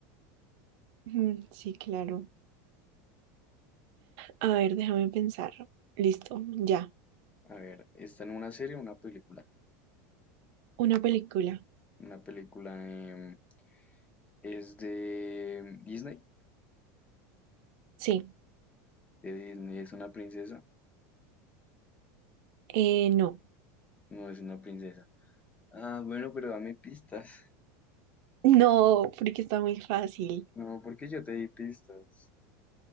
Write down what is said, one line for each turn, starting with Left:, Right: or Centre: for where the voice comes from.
Right: Mm, Sí, claro. A ver, déjame pensar. Listo, ya.
Left: A ver, ¿está en una serie o una película?
Right: Una película.
Left: Una película em, es de Disney.
Right: Sí.
Left: de Disney. ¿Es una princesa?
Right: Eh, no.
Left: No es una princesa. Ah, bueno, pero dame pistas. <laughs>
Right: No, porque está muy fácil.
Left: No, porque yo te di pistas.